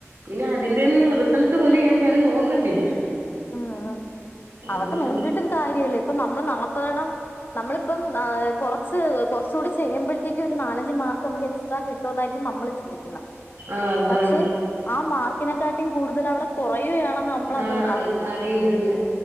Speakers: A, on the right; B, on the left.
A: പിന്നെ അതിന്റെന്നും റിസൾട്ട് പോലും ഞാൻ കയറി നോക്കത്തില്ല
B: ആഹ് ആ
A: അതുകൊണ്ട്
B: അതൊക്കെ നോക്കീട്ടും കാര്യില്ല ഇപ്പം നമ്മള് നാപ്പതെണം നമ്മളിപ്പം ആ കൊറച്ച് കൊറച്ചുകൂടി ചെയ്യുംമ്പഴ്ത്തേക്കും ഒരു നാലഞ്ച് മാർക്ക് നമുക്ക് എക്സ്ട്രാ കിട്ടൂന്നായിരിക്കും നമ്മള് ചിന്തിക്കുന്ന
A: ആഹ് അതാണ്
B: പക്ഷെ ആ മാർക്കിനെക്കാട്ടീം കൂടുതൽ അവിടെ കൊറയുകയാണെന്ന് നമ്മളത്
A: ആഹ്
B: അറി
A: അറിയുന്നില്ല